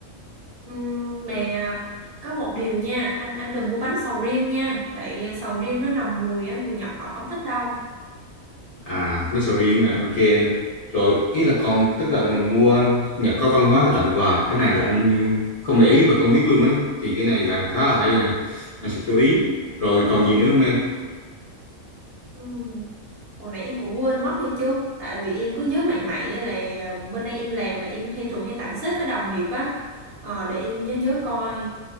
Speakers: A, on the right (about 50°); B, on the left (about 40°).
A: ừ, mà có một điều nha anh anh đừng mua bánh sầu riêng nha tại sầu riêng nó nằm mùi á người Nhật họ không thích đâu
B: à mấy sầu riêng à, ok em rồi ý là còn tức là mình mua Nhật có văn hóa là tặng quà cái này là anh không để ý và không biết luôn ấy thì cái này là khá là hay này anh sẽ chú ý rồi còn gì nữa không em
A: ừ. Hồi nãy em cũng quên mất hay chứ Tại vì em cứ nhớ mày mày á là ờ, Bên đây em làm là em hay thường hay tặng sếp với đồng nghiệp á Ờ, Để em nhớ nhớ coi